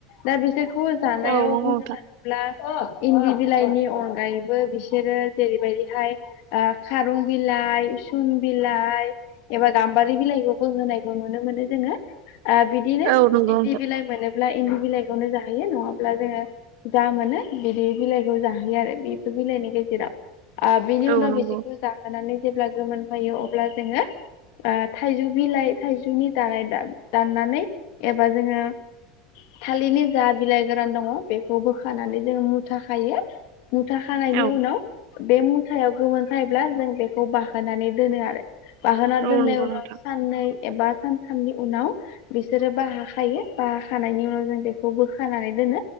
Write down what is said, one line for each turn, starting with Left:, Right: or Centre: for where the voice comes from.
Left: दा बिसोरखौ जानायाव
Right: औ नंगौ
Left: बुंनो
Right: नोंथां
Left: थाङोब्ला इन्दि बिलाइनि अनगायैबो बिसोरो जेरैबायदिहाय ओ खारं बि बिलाइ सुम बिलाइ एबा गाम्बारि बिलाइखौबो होनायखौ नुनो मोनो जोङो। आ बिदिनो
Right: औ नंगौ
Left: इन्दि
Right: नोंथां
Left: बिलाइ मोनोब्ला इन्दि बिलाइखौनो जाहैयो नङाब्ला जोङो जा मोनो बिदि बिलाइखौ जाहोयो आरो बेफोर बिलाइनि गेजेराव आं बिनि उनाव
Right: औ नंगौ
Left: बिसोरखौ जाहोनानै जेब्ला गोमोनफैयो अब्ला जोङो थाइजौ बिलाइ थाइजौनि दानाय दाननानै एबा जोङो थालिरनि जा बिलाइ गोरान दङ बेखौ बोखानानै जों मुथा खायो मुथा खानायनि
Right: औ
Left: उनाव बे मुथायाव गोमोनफायोब्ला जों बेखौ बाहोनानै दोनो आरो। बाहोना
Right: औ
Left: दोननाय
Right: नंगौ
Left: उनाव
Right: नोंथां
Left: साननै एबा सानथामनि उनाव बिसोरो बाहाखायो बाहाखानायनि उनाव जों बेखौ बोखानानै